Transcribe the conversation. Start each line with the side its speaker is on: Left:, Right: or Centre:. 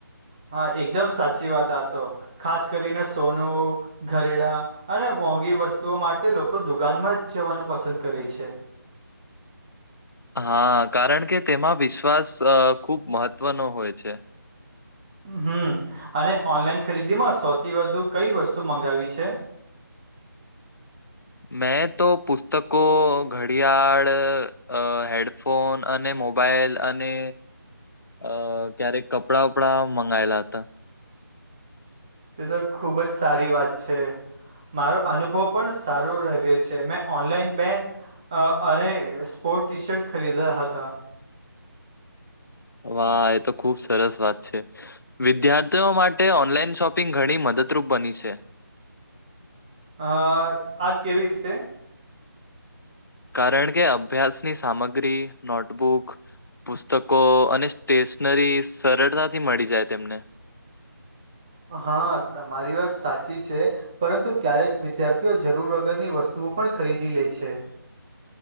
Right: હા, એકદમ સાચી વાત આ તો. ખાસ કરીને સોનું ઘરેડા, અને મોંઘી વસ્તુઓ માટે લોકો દુકાનમાં જ જવાનું પસંદ કરે છે.
Left: હા, કારણ કે તેમાં વિશ્વાસ ખૂબ મહત્વનો હોય છે.
Right: હમ્મ, અને ઓનલાઈન ખરીદીમાં સૌથી વધુ કઈ વસ્તુ મંગાવી છે.
Left: મેં તો પુસ્તકો, ઘડિયાળ અ હેડ ફોન અને મોબાઈલ અને અ ક્યારેક કપડા બપડા મંગાયલા હતા.
Right: તે તો ખુબ જ સારી વાત છે. મારો અનુભવ પણ સારો રહવે છે. મેં ઓનલાઈન બેંક અને સ્પોર્ટ ટી શર્ટ ખરીદ્યા હતા.
Left: વાહ એ તો ખુબ સરસ વાત છે. વિદ્યાર્થીઓ માટે ઓનલાઈન શોપિંગ ઘણી મદદરૂપ બની છે.
Right: અ આ કેવી રીતે?
Left: કારણ કે અભ્યાસની સામગ્રી, નોટબુક પુસ્તકો અને સ્ટેશનરી સરળતાથી મળી જાય તેમને.
Right: હા, તમારી વાત સાચી છે. પરંતુ ક્યારેક વિદ્યાર્થીઓ જરૂર વગરની વસ્તુઓ પણ ખરીદી લે છે.